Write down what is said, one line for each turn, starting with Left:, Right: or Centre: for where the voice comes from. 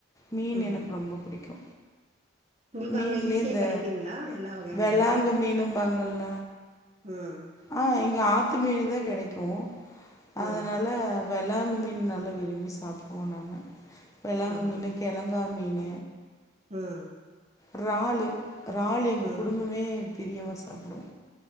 Left: மீன்
Right: ம்
Left: எனக்கு ரொம்ப புடிக்கு
Right: உங்களுக்கு
Left: மீன்லயே
Right: அங்க ஈஸியா
Left: இந்த
Right: கெடைக்குங்களா எல்லா வகையான
Left: வெளாங்கு
Right: மீனு
Left: மீனும்பாங்கல்ல
Right: ம்
Left: ஆ இங்கே ஆத்து மீன் தா கெடைக்கு அதனால
Right: ம்
Left: வெளாங்கு மீன் நல்லா விரும்பி சாப்புடுவோ நாங்க வெளாங்கு
Right: ம்
Left: மீன் கெழங்கா மீன்
Right: ம்
Left: றால் றால் எங்க
Right: ம்
Left: குடும்பமே பிரியமா சாப்டுவோ